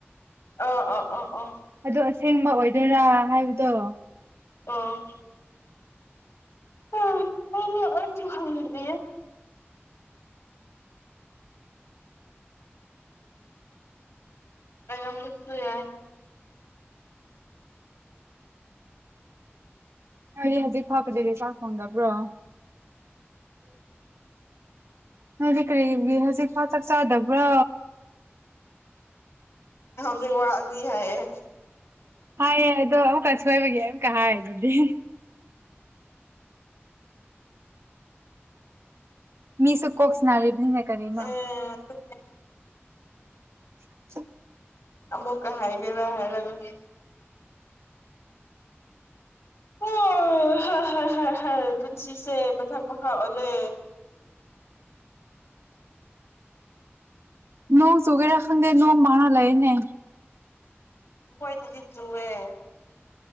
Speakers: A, on the left; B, on the right.
A: ꯑ ꯑ ꯑꯣ ꯑꯣ
B: ꯑꯗꯣ ꯑꯁꯦꯡꯕ ꯑꯣꯏꯗꯣꯏꯔꯥ ꯍꯥꯏꯕꯗꯣ
A: ꯑꯣ ꯑ ꯍ ꯑ ꯆꯨꯍꯗꯤꯌꯦ ꯑꯁꯨ ꯌꯥ
B: ꯍꯗꯤ ꯍꯧꯖꯤꯛ ꯐꯥꯄꯗꯗꯤ ꯆꯥꯛ ꯊꯣꯡꯗꯕ꯭ꯔꯣ ꯍꯥꯏꯗꯤ ꯀꯔꯤꯒꯤ ꯍꯧꯖꯤꯛ ꯐꯥ ꯆꯥꯛ ꯆꯥꯗꯕ꯭ꯔꯣ
A: ꯋꯥꯅꯤ ꯍꯥꯏ
B: ꯍꯥꯏꯌꯦꯦ ꯑꯗꯣ ꯑꯃꯨꯛꯀ ꯑꯁꯣꯏꯕꯒꯤ ꯑꯃꯨꯛꯀ ꯍꯥꯏ ꯑꯗꯨꯗꯤ ꯃꯤꯁꯨ ꯀꯣꯛꯁꯅꯥꯔꯤꯕꯅꯤꯅ ꯀꯔꯤꯅꯣ
A: ꯑꯦ ꯑꯗꯨꯅꯦ
B: <inaudible>
A: ꯑꯃꯃꯨꯛꯀ ꯍꯥꯏꯗꯦꯕ ꯍꯥꯏ ꯂꯒ ꯑꯣ ꯍꯣꯏ ꯍꯣꯏ ꯍꯣꯏ ꯍꯣꯏ ꯄꯨꯟꯁꯤꯁꯦ ꯊꯛ ꯃꯈ ꯈꯥꯂꯦ
B: ꯅꯣꯡ ꯆꯨꯒꯦꯔꯥ ꯈꯪꯗꯦ ꯅꯣꯡ ꯃꯅꯜꯂꯛꯅꯦ
A: ꯍꯣꯏꯗꯤꯗꯤ ꯖꯨꯋ